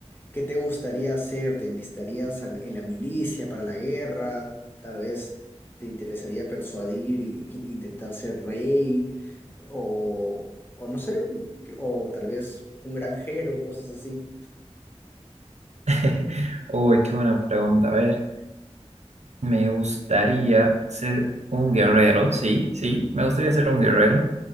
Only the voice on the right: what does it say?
<laughs> Uy, qué buena pregunta. A ver, me gustaría ser un guerrero, sí, sí, me gustaría ser un guerrero.